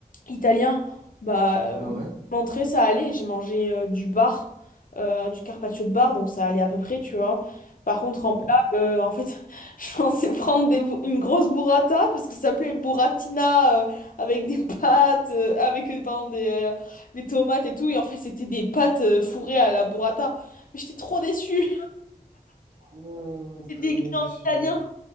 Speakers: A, on the left; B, on the right.
A: italien. Bah, euh,
B: Ah ouais?
A: l'entrée ça allait. J'ai mangé euh, du bar, euh, du carpaccio de bar, donc ça allait à peu près, tu vois. Par contre,
B: Mhm.
A: en plat, euh, en fait, <laughs> je pensais prendre des bou- une grosse burrata parce que ça s'appelait burratina euh, avec des pâtes, euh, avec euh, pardon, des, euh, des tomates et tout. Et en fait, c'était des pâtes euh, fourrées à la burrata. Mais j'étais trop déçue.
B: Oh,
A: C'était
B: tellement
A: écrit
B: déçu.
A: en italien.